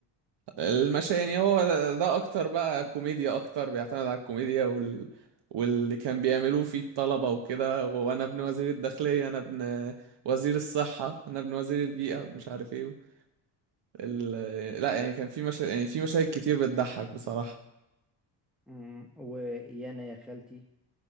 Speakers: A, on the right; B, in the centre.
A: المشا يعني هو ده, ده اكتر بقى كوميديا اكتر بيعتمد على الكوميديا وال واللي كان بيعملوه فيه الطلبة وكده وانا ابن وزير الداخلية انا ابن وزير الصحة انا ابن وزير البيئة ومش
B: أيوة،
A: عارف ايه ال... لا يعني
B: أيوة.
A: كان في مشا... يعني في مشاهد كتير بتضحك بصراحة
B: أمم. ويانا يا خالتي